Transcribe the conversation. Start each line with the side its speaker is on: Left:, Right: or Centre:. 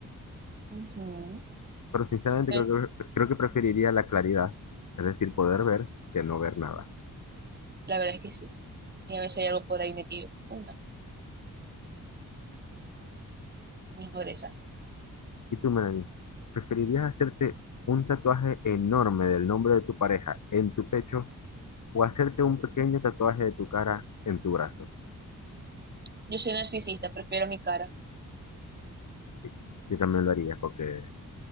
Right: Ujú.
Left: Pero sinceramente
Right: Eh,
Left: creo que, creo que preferiría la claridad, es decir, poder ver que no ver nada.
Right: La verdad es que sí. Y a veces hay algo por ahí metido. Uy, no, mejor esa.
Left: ¿Y tú, Melanie? ¿Preferirías hacerte un tatuaje enorme del nombre de tu pareja en tu pecho o hacerte un pequeño tatuaje de tu cara en tu brazo?
Right: Yo soy narcisista, prefiero mi cara.
Left: Sí, yo también lo haría porque